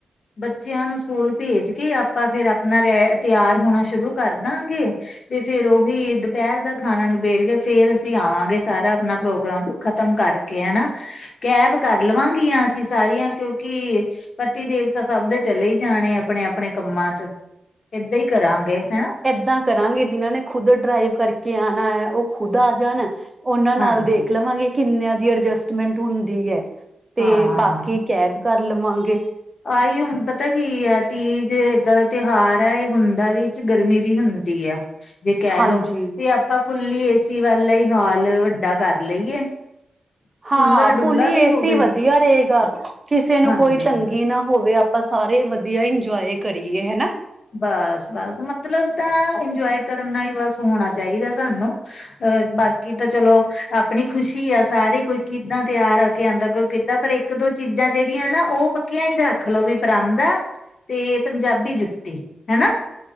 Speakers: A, on the left; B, on the right.
A: ਬੱਚਿਆਂ ਨੂੰ ਸਕੂਲ ਭੇਜ ਕੇ ਆਪਾਂ ਫਿਰ ਆਪਣਾ ਰੈ ਤਿਆਰ ਹੋਣਾ ਸ਼ੁਰੂ ਕਰ ਦਾਂਗੇ। ਤੇ ਫੇਰ ਉਹੀ ਦੁਪੈਰ ਦਾ ਖਾਣਾ ਨਿਬੇੜ ਕੇ ਫੇਰ ਅਸੀਂ ਆਵਾਂਗੇ ਸਾਰਾ ਆਪਣਾ ਪ੍ਰੋਗਰਾਮ ਖ਼ਤਮ ਕਰਕੇ ਹਨਾ। ਕੈਬ ਕਰ ਲਵਾਂਗੀਆਂ ਅਸੀਂ ਸਾਰੀਆਂ ਕਿਉਂਕਿ ਪਤੀ ਦੇਵਤਾ ਸਭ ਦੇ ਚਲੇ ਹੀ ਜਾਣੇ। ਆਪਣੇ-ਆਪਣੇ ਕੰਮਾਂ 'ਚ ਏਦਾਂ ਹੀ ਕਰਾਂਗੇ ਹਨਾ।
B: ਦਾ ਕਰਾਂਗੇ ਜਿਹਨਾਂ ਨੇ ਖੁਦ ਡਰਾਈਵ ਕਰਕੇ ਆਣਾ ਹੈ ਓ ਖੁਦ ਆ ਜਾਣ। ਉਹਨਾਂ
A: ਹਾਂਜੀ-ਹਾਂਜੀ
B: ਨਾਲ ਦੇਖ ਲਵਾਂਗੇ ਕਿੰਨਿਆਂ ਦੀ ਅਡਜਸਟਮੈਂਟ ਹੁੰਦੀ ਐ ਤੇ
A: ਹਾਂ
B: ਬਾਕੀ ਕੈਬ ਕਰ ਲਵਾਂਗੇ।
A: ਆਹੀ ਹੁਣ ਪਤਾ ਕੀ ਆ ਤੀਜ ਦੇ ਏਦਾਂ ਤਿਉਹਾਰ ਹੈ ਇਹ ਹੁੰਦਾ ਵਿਚ ਗਰਮੀ ਵੀ ਹੁੰਦੀ ਆ ਜੇ ਕੈ
B: ਹਾਂਜੀ
A: ਲੋੋ ਤੇ ਅਪ ਆਪਾਂ ਫੁੱਲੀ ਏਸੀ ਵਾਲਾ ਹੀ ਹਾਲ ਵੱਡਾ ਕਰ ਲਈਏ।
B: ਹਾਂ
A: ਖੁਲਾ ਡੁਲਾ
B: ਫੁੱਲੀ
A: ਵੀ
B: ਏਸੀ
A: ਹੋਵੇ
B: ਵ ਵਧੀਆ ਰਏਗਾ ਕਿਸੇ ਨੂੰ
A: ਹਾਂਜੀ
B: ਕੋਈ ਤੰਗੀ
A: ਹਾਂਜੀ
B: ਨਾ ਹੋਵੇ ਆਪਾਂ ਸਾਰੇ ਵਧੀਆ ਇੰਜੋਏ ਕਰੀਏ ਹਨਾ।
A: ਬਸ-ਬਸ ਮਤਲਬ ਤਾਂ ਇੰਜੋਏ ਕਰਨਾ ਈ ਬਸ ਹੋਣਾ ਚਾਈਦਾ ਸਾਨੂੰ ਅ ਬਾਕੀ ਤਾਂ ਚਲੋ ਆਪਣੀ ਖੁਸ਼ੀ ਆ ਸਾਰੇ ਕੋਈ ਕਿੱਦਾਂ ਤਿਆਰ ਆ ਕੇ ਆਂਦਾ ਕੋਈ ਕਿੱਦਾਂ ਪਰ ਇੱਕ ਦੋ ਚੀਜ਼ਾਂ ਜੇੜੀਆਂ ਨਾ ਓ ਪੱਕੀਆਂ ਈ ਰੱਖ ਲਓ ਵੀ ਪਰਾਂਦਾ ਤੇ ਪੰਜਾਬੀ ਜੁ ਹਨਾ।